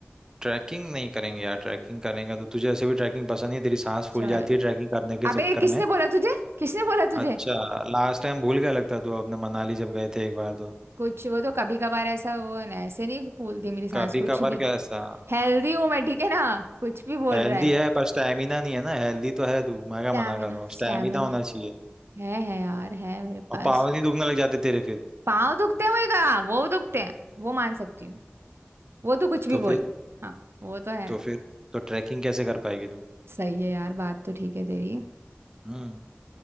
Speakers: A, on the right (about 15°); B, on the right (about 80°).
A: ट्रैकिंग नहीं करेंगे यार ट्रैकिंग करेंगे तो तुझे ऐसे भी ट्रैकिंग पसंद नहीं है, तेरी सांस फूल
B: चल
A: जाती है ट्रैकिंग करने के
B: अबे
A: चक्कर
B: किसने
A: में
B: बोला तुझे किसने बोला तुझे
A: अच्छा लास्ट टाइम भूल गया लगता है तू अपने मनाली जब गए थे एक बार तो
B: कुछ वो तो कभी कभार ऐसा वो न- ऐसे नहीं फूलती मेरी सांस
A: कभी
B: कुछ
A: कभार
B: भी
A: कैसा
B: हेल्दी हूं मैं ठीक है ना कुछ भी बोल
A: हेल्दी
B: रहा है
A: है पर स्टैमिना नहीं है ना हेल्दी तो है तू मैं क्या
B: स्टैमिना
A: मना कर रहा हूँ
B: स्टैमिना
A: स्टैमिना होना चाहिए
B: है है यार है मेरे
A: और
B: पास
A: पाँव नहीं दुखने लग जाते तेरे फिर
B: पाँव दुखते हुए का वो दुखते हैं वो मान सकती हूँ वो तो कुछ भी
A: तो
B: बोल
A: फिर
B: हाँ वो तो है
A: तो फिर तो ट्रैकिंग कैसे कर पाएगी तू
B: सही है यार बात तो ठीक है तेरी
A: हम्म